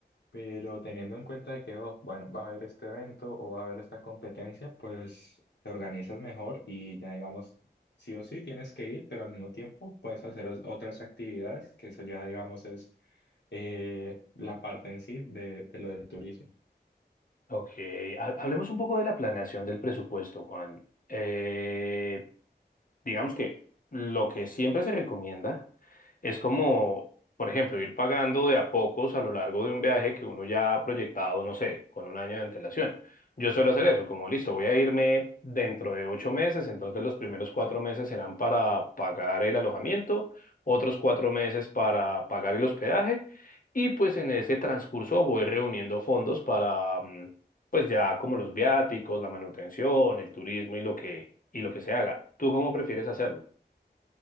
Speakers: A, on the left; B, on the left.
A: pero teniendo en cuenta de que, oh, bueno, va a haber este evento o va a haber esta competencia, pues te organizas mejor y ya digamos, sí o sí tienes que ir, pero al mismo tiempo puedes hacer os- otras actividades, que eso ya digamos es eh, la parte en sí de de lo del turismo.
B: Ok, ha- hablemos un poco de la planeación del presupuesto, Juan. Eh, digamos que lo que siempre se recomienda es como, por ejemplo, ir pagando de a pocos a lo largo de un viaje que uno ya ha proyectado, no sé, con un año de antelación. Yo suelo hacer eso, como listo, voy a irme dentro de ocho meses, entonces los primeros cuatro meses serán para pagar el alojamiento, otros cuatro meses para pagar el hospedaje. Y pues en ese transcurso voy reuniendo fondos para, mm, pues ya como los viáticos, la manutención, el turismo y lo que, y lo que se haga. ¿Tú cómo prefieres hacerlo?